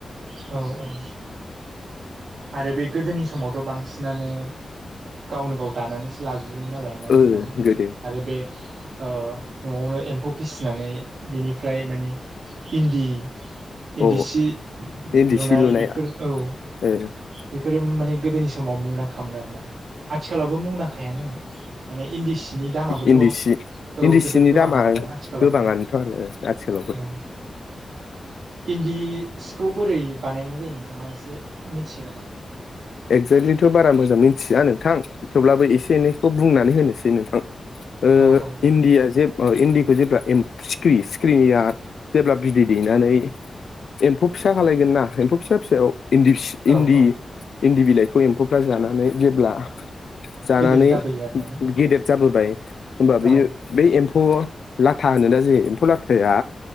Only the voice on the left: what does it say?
ओ गोदो
औ
इन्दि
सि लुनाया
<unintelligible>
इन्दि सि
इन्दि
सिनि
दामा
गोबाङानोथ' आरो आथिखालावबो
एगजेक्टलिथ' बारा मोजां मिथिया नोंथां थेवब्लाबो एसे एनैखौ बुंनानै होनोसै नोंथां ओ
इण्डिया जे ओ इन्दिखौ जेब्ला सिख्रि सिक्रिनिया जेब्ला बिदै दैनानै एम्फौ फिसा खालायगोन ना एम्फौ फिसा फिसायाव इन्दि
इन्दि
इन्दि बिलाइखौ एम्फौफ्रा जानानै जेब्ला जानानै
गेदेर जाबोबाय होमबा बियो
बै एम्फौ लाथा होनो दा जायो एम्फौ लाथायाया